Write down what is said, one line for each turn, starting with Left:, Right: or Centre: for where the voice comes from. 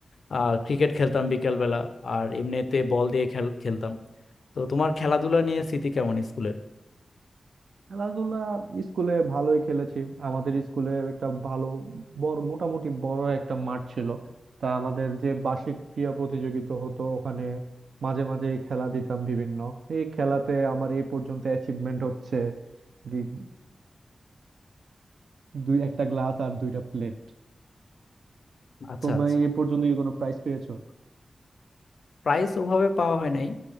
Left: আহ ক্রিকেট খেলতাম বিকেলবেলা আর এমনিতে বল দিয়ে খেল খেলতাম তো তোমার খেলাধুলা নিয়ে স্মৃতি কেমন স্কুলের
Right: খেলাধুলা স্কুলে ভালোই খেলেছি আমাদের স্কুলে একটা ভালো বড় মোটামুটি বড় একটা মাঠ ছিল তা আমাদের যে বার্ষিক ক্রীড়া প্রতিযোগিতা হতো ওখানে মাঝে মাঝে খেলা দিতাম বিভিন্ন এই খেলাতে আমার এই পর্যন্ত অ্যাচিভমেন্ট হচ্ছে গি- দুই একটা গ্লাস আর দুইটা প্লেট
Left: আচ্ছা
Right: তোমায়
Left: আচ্ছা
Right: এ পর্যন্ত কি কোনো প্রাইজ পেয়েছো
Left: প্রাইজ ওভাবে পাওয়া হয় নাই